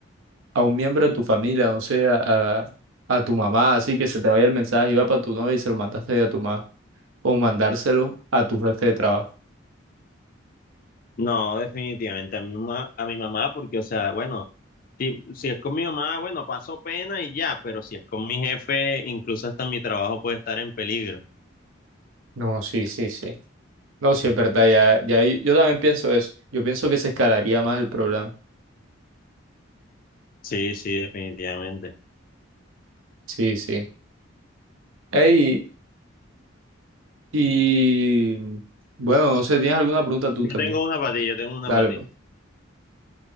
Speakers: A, on the right; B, on the left.
A: a un miembro de tu familia, no sé, a, a, a tu mamá, así que se te vaya el mensaje y va para tu novia y se lo mandaste a tu mamá, o mandárselo a tu jefe de trabajo?
B: No, definitivamente a mi mamá, a mi mamá, porque, o sea, bueno, si, si es con mi mamá, bueno, paso pena y ya, pero si es con mi jefe, incluso hasta mi trabajo puede estar en peligro.
A: No, sí, sí, sí. No, sí, es verdad, ya, ya yo, yo también pienso eso. Yo pienso que se escalaría más el problema.
B: Sí, sí, definitivamente.
A: Sí, sí. Ey, y bueno, no sé, ¿tienes alguna pregunta tú
B: Yo
A: también?
B: tengo una para ti, yo tengo una
A: Dale,
B: para ti.
A: pues.